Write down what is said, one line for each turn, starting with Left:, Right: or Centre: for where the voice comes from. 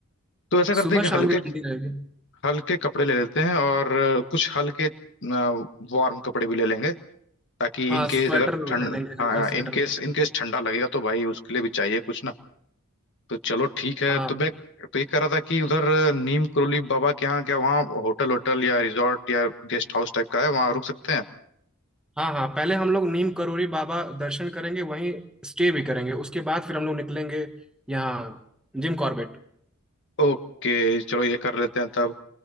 Left: तो ऐसा करते
Centre: सुबह
Left: हैं कि
Centre: शाम
Left: हल्के
Centre: की ठंडी रहेगी
Left: हल्के कपड़े ले लेते हैं और कुछ हल्के वार्म कपड़े भी ले लेंगे ताकि
Centre: हाँ
Left: इन केस
Centre: स्वेटर
Left: अगर
Centre: ले
Left: ठंड
Centre: लेंगे
Left: हाँ
Centre: हल्का स्वेटर
Left: इन केस इन केस ठंडा लगेगा तो भाई उसके लिए भी चाहिए कुछ ना तो चलो ठीक है
Centre: हाँ
Left: तो मैं तो ये कह रहा था कि उधर नीम करोली बाबा के यहाँ क्या वहाँ होटल होटल या रिजॉर्ट या गेस्ट हाउस टाइप का है वहाँ रुक सकते हैं
Centre: हाँ हाँ पहले हम लोग नीम करोरी बाबा दर्शन करेंगे वहीं स्टे भी करेंगे उसके बाद फिर हम लोग निकलेंगे यहाँ जिम कॉर्बेट
Left: ओके चलो ये कर लेते हैं तब